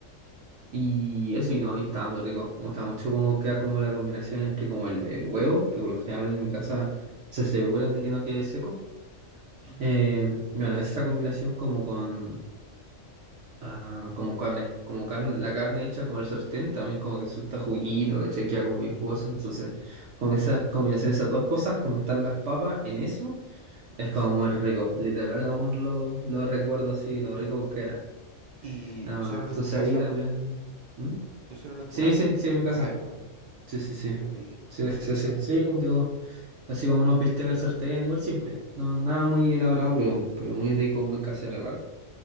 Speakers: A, on the right; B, on the right.
A: y eso y no, y estaba muy rico, me gustaba mucho cómo queda como la combinación entre como el, el huevo, que por lo general en mi casa se aseguran de que no quede seco,
B: Mm,
A: eh, bueno, esa combinación como con, ah, como carne, como carne, la carne hecha como el sartén, también como que suelta juguito, hecha queda como bien jugoso, entonces
B: sí,
A: como esa combinación de esas dos cosas, como untar las papas en eso,
B: exquisito.
A: Es como muy rico, literal aún lo, lo recuerdo así, lo rico que era.
B: ¿Y
A: Ah,
B: lo hicieron
A: entonces
B: en tu casa?
A: ahí también... ¿Mm?
B: ¿Lo hicieron en tu
A: Sí,
B: casa?
A: sí, sí, en
B: Sí,
A: mi casa.
B: Bueno, bueno.
A: Sí, sí, sí.
B: Uh, qué rico.
A: Sí, sí, sí. Sí, como digo, así como unos bistecs al sartén, igual simple. No, nada muy elaborado, pero, pero muy rico, muy casero igual.